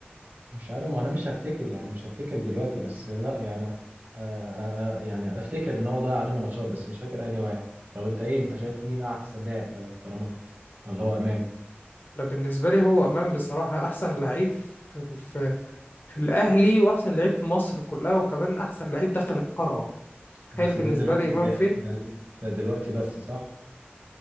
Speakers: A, on the right; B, on the left.
A: مش عارف ما انا مش هفتكر يعني مش هفتكر دلوقتي بس لا يعني آه آه آه، يعني افتكر ان هو ضيع علينا ماتشات بس مش فاكر انهي واحد طب انت ايه انت شايف مين احسن لاعب طيب طالما ولا هو امام
B: لا بالنسبة لي هو امام بصراحة احسن لعيب في في, في الاهلي واحسن لعيب في مصر كلها وكمان احسن لعيب دخل القارة تخيل
A: بس
B: بالنسبة
A: ده دلوقتي
B: لي امام
A: ده,
B: فين
A: ده, ده دلوقتي بس صح